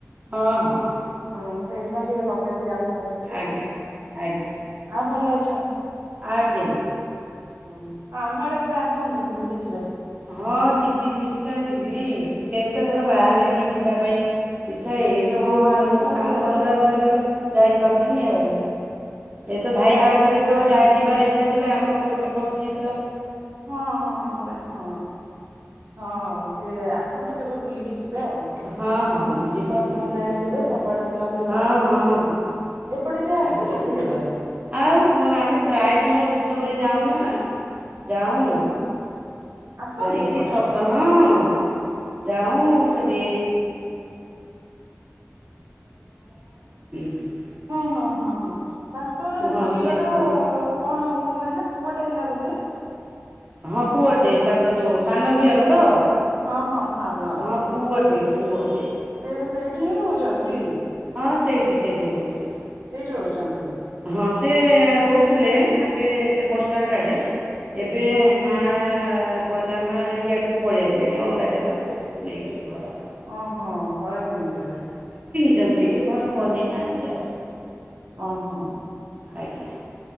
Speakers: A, on the right; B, on the right.
A: ହଁ ହଁ ହଁ।
B: ହଁ ସେଇଥିପାଇଁ ଟିକେ ଲଗେଇଦେଲି ଆପଣଙ୍କ ପାଖକୁ
A: ଆଜ୍ଞା
B: ଆଉ।
A: ଆଜ୍ଞା
B: ଆଉ ଭଲ ଅ
A: ଆଜ୍ଞା ଆଜ୍ଞା।
B: ହୁଁ ଆଉ ଆମ ଆଡେ କେବେ ଆସନ୍ତୁ ବୁଲିକି ଯିବେ।
A: ହଁ ଯିବି ନିଶ୍ଚୟ ଯିବି। କେତେ ଥର ବାହାରିଲିଣି ଯିବା ପାଇଁ ଇଛା ଏଇ ସବୁ
B: ହଁ ଆସନ୍ତୁ
A: କାମ
B: କେବେ
A: ଧନ୍ଦା
B: ବୁଲିକି
A: ରହିଗଲା। ଯାଇପାରୁନି ଆଉ।
B: ହୁଁ
A: ଏ ତ
B: କେବେ
A: ଭାଇ ବାହାଘରରେ
B: ଆସ
A: ତ ଯିବାର ଇଚ୍ଛା ଥିଲା ଆମର ତ ଗୋଟେ ପଶି ଯାଇଥିଲା।
B: ହଁ, ହଁ ପରା, ହଁ, ହଁ ସେ ଆସନ୍ତୁ କେବେ ବୁଲିକି ଯିବ। ଏବେ ଆଉ
A: ହଁ ହଁ ଯିବି
B: ସତସଙ୍ଗ
A: ଯିବି
B: ବିହାର
A: ନିଶ୍ଚୟ
B: ଯିବେ,
A: ଯିବି
B: ସବୁଆଡେ ବୁଲାବୁଲି
A: ହଁ
B: କରିକି
A: ହଁ
B: ଯିବେ ଆଉ, ଏପଟେ ଏରିଆ ଆସିଛ
A: ଆଜ୍ଞା
B: କେତି କେବେ?
A: ଆଉ, ଆମେ ପ୍ରାୟ ସମୟରେ ଉତ୍ସବରେ ଯାଉ ନା ଯାଉ,
B: ଓ ଆସନ୍ତି
A: ଯାଇକି
B: ଏପଟେ
A: ସତସଙ୍ଗ, ହଁ ଯାଉ ସେଦି <unintelligible>
B: ହୁଁ ହୁଁ ହଁ ହଁ ତାଙ୍କର
A: ହଁ
B: ଝିଅର
A: ସେ ଯୋଉ ପଣ୍ଡା
B: କଣ ହେଲା, ନା ପୁଅଟା ହେଲା ବୋ ତେ ତେ।
A: ହଁ ପୁଅ ଟେ, ତାଙ୍କ ଯୋଉ ସାନ ଝିଅର ତ?
B: ହଁ, ହଁ, ସାନର,
A: ହଁ ପୁଅଟେ ପୁଅଟେ
B: ସେ ବି ସେଇଠି ହିଁ ରହୁଛନ୍ତି।
A: ହଁ, ସେଇଠି ସେଇଠି ରହୁଛନ୍ତି।
B: ସେଇଠି ରହୁଛନ୍ତି।
A: ହଁ, ସେ ରହୁଥିଲେ ଆଗେ ସେ ବସଷ୍ଟାଣ୍ଡ ଆଡେ। ଏବେ
B: ହଁ
A: ମା ପଣ୍ଡା ମା, ଇଆଡ଼କୁ ପଳେଇଇଲେଣି ଅଲଗା ଜାଗାକୁ, ନେଇଗଲେ ଘର।
B: ଓହୋ ପଳେଇଲେଣିି ସେଇଡେ।
A: ଛନ୍ତି, ଘର ବନେଇନାହାନ୍ତି ଆଉ।
B: ଓହୋ।
A: ଆଜ୍ଞା।